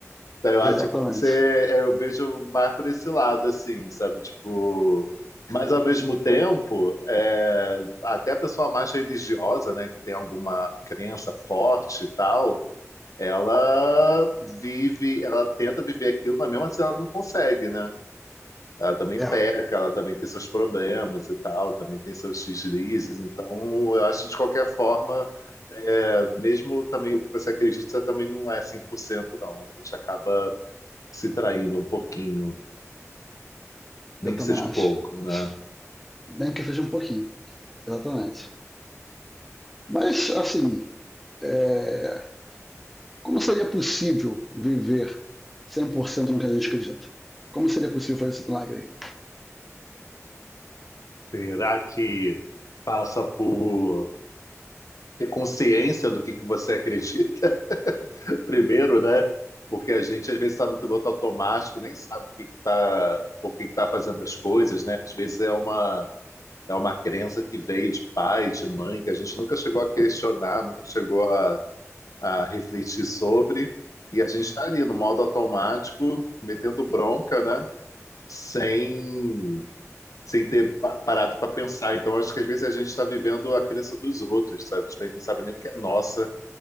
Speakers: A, on the left; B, in the centre.
A: Então, eu acho
B: Exatamente.
A: que pode ser, é, eu vejo mais por esse lado, assim, sabe? Tipo, mas ao mesmo tempo, é, até a pessoa mais religiosa, né, que tem alguma crença forte e tal, ela vive, ela tenta viver aquilo, mas mesmo assim ela não consegue, né? Ela também
B: É,
A: peca, ela também tem seus problemas e tal, também tem seus deslizes. Então, eu acho que de qualquer forma, é, mesmo também o que você acredita você também não é 100% não. A gente acaba se traindo um pouquinho, nem
B: eu
A: que
B: também
A: seja
B: acho.
A: um pouco,
B: acho.
A: né?
B: Nem que seja um pouquinho, exatamente. Mas, assim, é, como seria possível viver 100% no que a gente acredita? Como seria possível fazer esse milagre?
A: Será que passa por ter consciência do que que você acredita <laughs> primeiro, né? Porque a gente às vezes está no piloto automático, nem sabe o que que tá, por que que tá fazendo as coisas, né? Às vezes é uma é uma crença que veio de pai, de mãe, que a gente nunca chegou a questionar, nunca chegou a, a refletir sobre, e a gente está ali no modo automático, metendo bronca, né? Sem sem ter pa- parado para pensar. Então, acho que às vezes a gente está vivendo a crença dos outros, sabe? Tipo, a gente não sabe nem o que é nossa,